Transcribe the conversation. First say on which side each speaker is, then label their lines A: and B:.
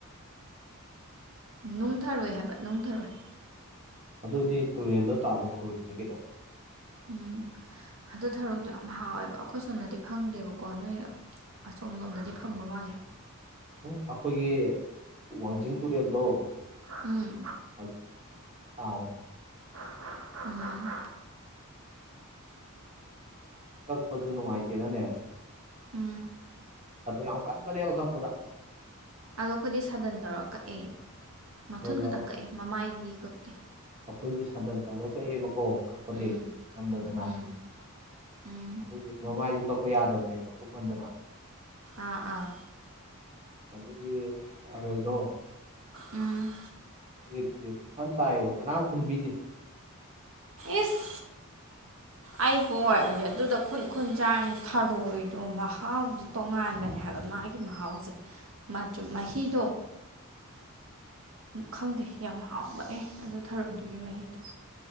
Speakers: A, on the right; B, on the right.
A: <inaudible>
B: ꯅꯨꯡꯊꯔꯣꯏ ꯍꯥꯏꯕ ꯅꯨꯡꯊꯔꯣꯏ
A: ꯑꯗꯨꯗꯤ ꯇꯨꯔꯦꯜꯗ ꯇꯥꯕ ꯊꯧꯔꯣꯏꯗꯣꯏꯅꯤ ꯀꯩꯅꯣ
B: ꯎꯝ ꯑꯗꯨ ꯊꯔꯣꯗꯣ ꯌꯥꯝ ꯍꯥꯎꯋꯦꯕ ꯑꯩꯈꯣꯏ ꯁꯣꯝꯗꯗꯤ ꯐꯪꯗꯦꯕꯀꯣ ꯅꯣꯏ ꯑꯁꯣꯝ ꯂꯣꯝꯗꯗꯤ ꯐꯪꯕ ꯃꯥꯜꯂꯦ
A: ꯎꯝ ꯑꯩꯈꯣꯏꯒꯤ ꯋꯥꯡꯖꯤꯡ ꯇꯨꯔꯦꯜ ꯂꯣ
B: ꯎꯝ
A: ꯇꯅꯤ
B: ꯎꯝ
A: ꯀꯛꯄꯁꯨ ꯅꯨꯡꯉꯥꯏꯇꯦꯅꯅꯦ
B: ꯎꯝ
A: ꯌꯥꯝ ꯀꯟꯕꯅꯦꯕ ꯀꯛꯄꯗ
B: ꯑꯗꯣ ꯑꯩꯈꯣꯏꯗꯤ ꯁꯥꯗꯟ ꯇꯧꯔ ꯀꯛꯑꯦ
A: ꯑꯩꯈꯣꯏꯕ
B: ꯃꯊꯟ ꯈꯛꯇꯪ ꯀꯛꯑꯦ ꯃꯃꯥꯏꯗꯤ ꯀꯛꯇꯦ
A: ꯑꯩꯈꯣꯏꯁꯨ ꯁꯟꯗꯟ ꯇꯧꯔ ꯀꯛꯑꯦꯕꯀꯣ ꯀꯛꯄꯗꯤ
B: ꯎꯝ
A: ꯉꯝꯗꯗꯅ
B: ꯎꯝ ꯎꯝ
A: ꯑꯗꯨꯒꯤ ꯃꯃꯥꯏꯗꯨ ꯀꯛꯄ ꯌꯥꯗꯕꯅꯦꯕ ꯀꯨꯞꯃꯟꯗꯅ
B: ꯑꯥ ꯑꯥ
A: ꯑꯗꯨꯗꯤ ꯊꯔꯣꯏꯅꯣꯦ
B: ꯎꯝ
A: ꯇꯨꯔꯦ ꯐꯅ ꯇꯥꯏꯌꯦꯕ ꯀꯅꯥ ꯄꯨꯟꯕꯤꯗꯦ
B: ꯏꯁ ꯑꯩꯕꯨ ꯑꯣꯏꯔꯗꯤ ꯑꯗꯨꯗ ꯈꯨꯟ ꯈꯨꯟ ꯆꯥꯡꯉ ꯊꯔꯣꯏꯗꯣ ꯃꯍꯥꯎꯗꯨꯣ ꯇꯣꯉꯥꯟꯕꯅꯦ ꯍꯥꯏꯕ ꯃꯥꯒꯤ ꯃꯍꯥꯎꯁꯦ ꯃꯍꯤꯗꯣ ꯈꯪꯗꯦ ꯌꯥꯝ ꯍꯥꯎꯕꯅꯦ ꯑꯗꯨ ꯊꯔꯣꯏꯗꯨꯒꯤ ꯃꯍꯤꯗꯣ